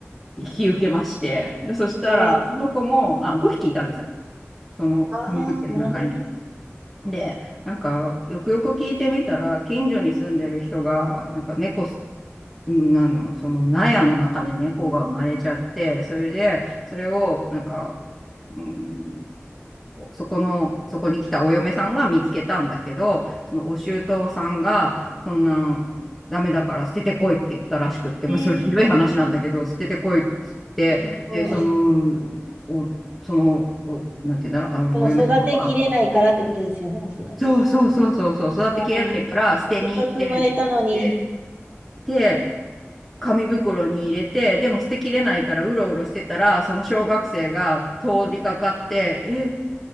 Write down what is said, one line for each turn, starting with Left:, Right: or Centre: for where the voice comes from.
Centre: 引き受けまして、で、そしたら、
Right: えー、
Centre: その子も、あ、5匹いたんですよ。その紙袋の中に。
Right: ああ、なるほどね。
Centre: で、なんか、よくよく聞いてみたら、近所に住んでる人が、なんか猫す、うんなの、その納屋の中で猫が生まれちゃって、それで、それを、なんか、うん、そこの、そこに来たお嫁さんが見つけたんだけど、そのお舅さんが、そんな、ダメだから捨ててこいって言ったらしくって、
Right: ええー、
Centre: まあ、それひどい話なんだけど、捨ててこいって言って、
Right: ひどい。
Centre: で、その、お、その、お、なんて言うんだろう、あの、
Right: その育てきれないからってことですよね、
Centre: お嫁さんは、
Right: おそらく。
Centre: そうそうそうそうそう、育てきれないから捨てに行って
Right: あせっかく生まれたのに。
Centre: で、で、紙袋に入れて、でも捨てきれないからうろうろしてたら、その小学生が通りかかって、え、